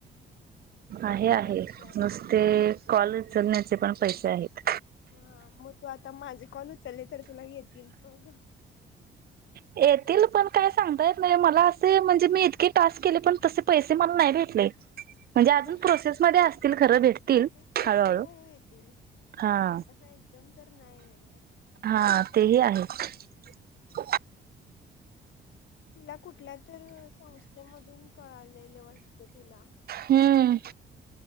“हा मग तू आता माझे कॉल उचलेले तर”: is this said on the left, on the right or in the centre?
Left